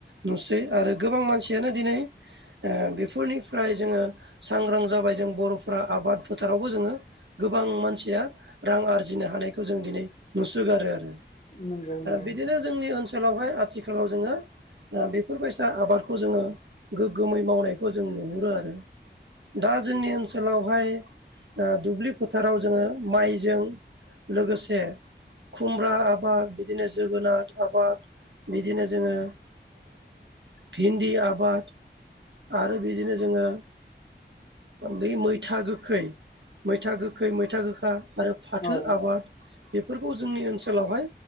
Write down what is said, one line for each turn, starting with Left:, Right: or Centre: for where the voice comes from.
Right: नुसै आरो गोबां मानसियानो दिनै बेफोरनिफ्राय जोङो सांग्रां जाबाय जों बर'फोरा आबाद फोथारावबो जोङो गोबां मानसिया रां आरजिनो हानायखौ जों दिनै नुसोगारो आरो
Left: नंगौ नंगौ
Right: बिदिनो जोंनि ओनसोलावहाय आथिखालाव जोङो बेफोरबायसा आबादखौ जोङो गोग्गोमै मावनायखौ जों नुहुरो आरो दा जोंनि ओनसोलावहाय दुब्लि फोथाराव जोङो माइजों लोगोसे खुमब्रा आबाद बिदिनो जोगोनार आबाद बिदिनो जोङो भिन्दि आबाद आरो बिदिनो जोङो बै मैथा गोखै मैथा गो खै मैथा गोखा आरो फाथो
Left: औ
Right: आबाद बेफोरखौ जोंनि ओनसोलावहाय